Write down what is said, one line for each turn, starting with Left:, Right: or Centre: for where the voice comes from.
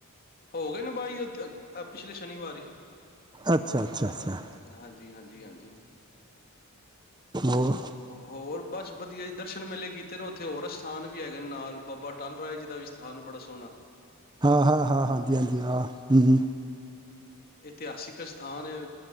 Left: ਹੋ ਗਏ ਨੇ ਬਾਈ <unintelligible> ਪਿਛਲੇ ਸ਼ਨੀਵਾਰ ਈ
Right: ਅੱਛਾ ਅੱਛਾ ਅੱਛਾ
Left: ਹਾਂਜੀ-ਹਾਂਜੀ, ਹਾਂਜੀ
Right: ਉਹ
Left: ਹੋਰ ਬਸ ਵਧੀਆ ਜੀ ਦਰਸ਼ਨ ਮੇਲੇ ਕੀਤੇ ਨੇ ਉੱਥੇ ਹੋਰ ਅਸਥਾਨ ਵੀ ਹੈਗੇ ਨੇ ਨਾਲ ਬਾਬਾ ਅਟਲ ਰਾਏ ਜੀ ਦਾ ਵੀ ਸਥਾਨ ਬੜਾ ਸੋਹਣਾ
Right: ਹਾਂ-ਹਾਂ, ਹਾਂ, ਹਾਂਜੀ-ਹਾਂਜੀ, ਹਾਂ, ਹੂੰ, ਹੂੰ।
Left: ਇਤਿਹਾਸਿਕ ਅਸਥਾਨ